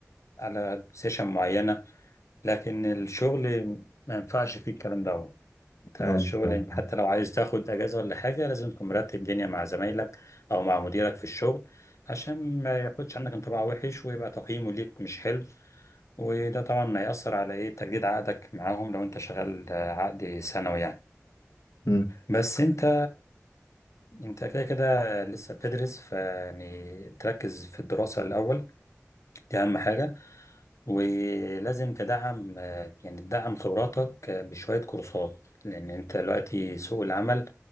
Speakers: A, on the left; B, on the left.
A: على سيشن معينة لكن الشغل ما ينفعش فيه الكلام دوت انت
B: آه،
A: الشغل
B: ف-
A: انت حتى لو عايز تاخد اجازه ولا حاجه لازم تكون مرتب دنيا مع زمايلك او مع مديرك في الشغل عشان ما ياخدش عنك انطباع وحش ويبقى تقييمه ليك مش حلو وده طبعا هيأثر على ايه تجديد عقدك معاهم لو انت شغال آه، عقد سنوي يعني
B: مم.
A: بس انت انت كده كده لسه بتدرس فيعني تركز في الدراسه الاول دي اهم حاجه ولازم تدعم آه، يعني تدعم خبراتك آه، بشوية كورسات لأن أنت دلوقتي سوق العمل